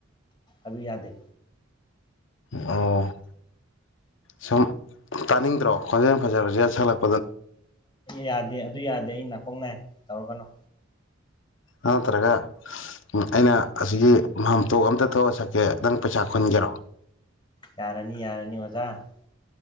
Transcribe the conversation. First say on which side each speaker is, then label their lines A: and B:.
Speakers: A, on the left; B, on the left.
A: ꯑꯗꯨ ꯌꯥꯗꯦ
B: ꯑꯣ ꯁꯨꯝ ꯇꯥꯅꯤꯡꯗ꯭ꯔꯣ ꯈꯣꯟꯖꯦꯜ ꯐꯖꯕꯁꯤꯅ ꯁꯜꯂꯛꯄ
A: ꯌꯥꯗꯦ ꯑꯗꯨ ꯌꯥꯗꯦ ꯑꯩ ꯅꯥꯀꯣꯡ ꯅꯥꯏ ꯇꯧꯔꯛꯀꯅꯣ
B: ꯅꯠꯇ꯭ꯔꯒꯥ ꯎꯝ ꯑꯩꯅ ꯑꯁꯤꯒꯤ ꯃꯥꯟꯇꯣꯞ ꯑꯝꯇꯥ ꯊꯣꯛꯑ ꯁꯛꯀꯦ ꯅꯪ ꯄꯩꯁꯥ ꯈꯨꯟꯒꯦꯔꯣ
A: ꯌꯥꯔꯅꯤ ꯌꯥꯔꯅꯤ ꯑꯣꯖꯥ